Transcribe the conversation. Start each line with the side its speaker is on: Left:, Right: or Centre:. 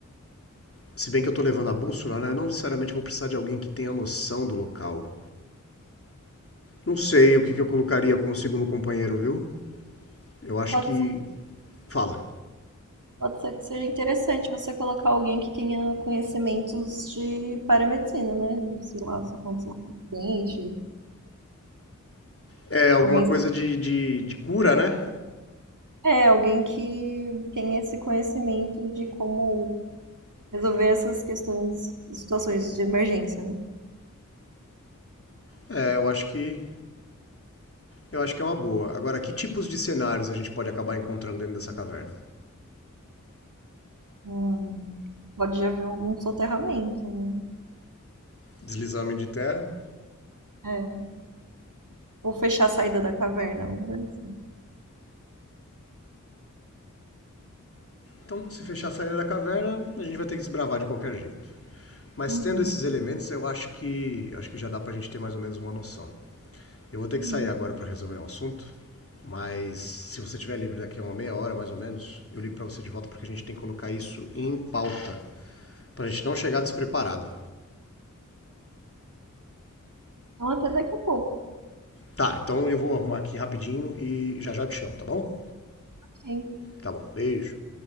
Left: Se bem que eu tô levando a bússola, né? Não necessariamente vou precisar de alguém que tenha noção do local. Não sei o que, que eu colocaria como segundo companheiro, viu? Eu acho
Right: Pode
Left: que.
Right: ser,
Left: Fala.
Right: pode ser que seja interessante você colocar alguém que tenha conhecimentos de paramedicina, né? De, Sei lá, só consulta do dente.
Left: É alguma
Right: Alguém,
Left: coisa de, de, de cura, né?
Right: é, alguém que tenha esse conhecimento de como resolver essas questões, situações de emergência, né?
Left: É, eu acho que. Eu acho que é uma boa. Agora, que tipos de cenários a gente pode acabar encontrando dentro dessa caverna?
Right: Hum, pode já haver algum soterramento, né?
Left: Deslizamento de terra.
Right: É. Ou fechar a saída da caverna, alguma coisa assim.
Left: Então, se fechar a saída da caverna, a gente vai ter que desbravar de qualquer jeito. Mas
Right: Uhum,
Left: tendo esses elementos, eu acho que acho que já dá para a gente ter mais ou menos uma noção. Eu vou ter
Right: uhum.
Left: que sair agora para resolver um assunto, mas se você estiver livre daqui a uma meia hora, mais ou menos, eu ligo para você de volta porque a gente tem que colocar isso em pauta, para a gente não chegar despreparado.
Right: Então, até daqui a pouco.
Left: Tá, então eu vou arrumar aqui rapidinho e já já te chamo, tá bom?
Right: ok?
Left: Tá bom. Beijo.